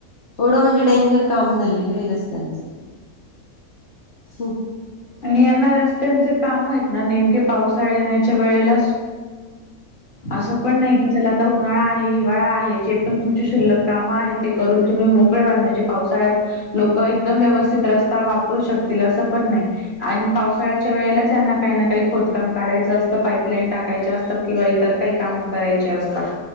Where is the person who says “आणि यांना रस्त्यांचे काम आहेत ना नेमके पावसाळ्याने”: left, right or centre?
Left